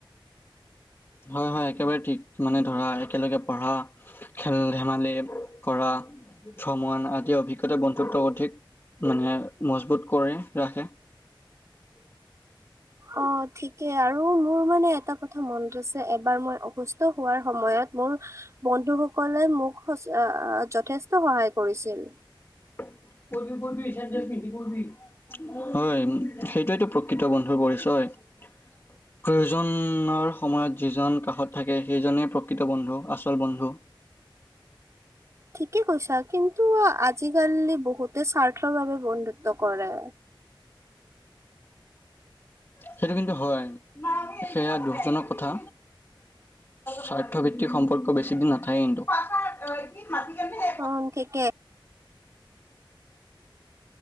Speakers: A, on the left; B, on the right.
A: হয় হয় একেবাৰে ঠিক, মানে ধৰা একেলগে পঢ়া। খেল ধেমালি কৰা। ভ্ৰমণ আদি অভিজ্ঞতা বন্ধুত্ব অধিক মানে মজবুত কৰে ৰাখে।
B: অ ঠিকে আৰু মোৰ মানে এটা কথা মনত আছে। এবাৰ মই অসু হোৱাৰ সময়ত মোৰ বন্ধুসকলে মোক সচ অ যত যথেষ্ট সহায় কৰিছিল।
A: পৰিবি পৰিবি, চেন্দেল পিন্ধি পৰিবি। হয়, সেইটোৱেটো প্ৰকৃত বন্ধুৰ পৰিচয়। প্ৰয়োজনৰ সময়ত যিজন কাষত থাকে, সেইজনে প্ৰকৃত বন্ধু আচল বন্ধু।
B: ঠিকে কৈছা কিন্তু আজিকালি বহুতে স্বাৰ্থৰ বাবে বন্ধুত্ব কৰে।
A: সেইটো কিন্তু হয়। সেয়া দুখজনক কথা। স্বাৰ্থ ভিত্তিক সম্পৰ্ক বেছিদিন নাথাকে কিন্তু। <unintelligible>
B: অঁ ঠিকে।